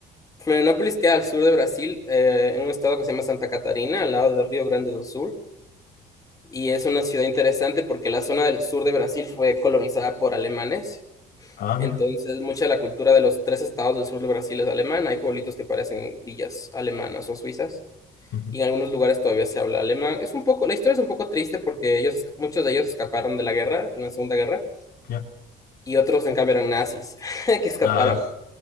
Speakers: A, on the left (about 20°); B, on the left (about 65°).
A: Florianópolis queda al sur de Brasil, eh, en un estado que se llama Santa Catarina, al lado del Río Grande do Sul, y es una ciudad interesante porque la zona del sur de Brasil fue colonizada por alemanes.
B: Ah,
A: Entonces,
B: mira.
A: mucha de la cultura de los tres estados del sur de Brasil es alemana. Hay pueblitos que parecen villas alemanas o suizas.
B: Ujú.
A: Y en algunos lugares todavía se habla alemán. Es un poco, la historia es un poco triste porque ellos, esca- muchos de ellos escaparon de la guerra, en la Segunda Guerra,
B: Ya.
A: y otros en cambio eran nazis <laughs> que escaparon,
B: Ah,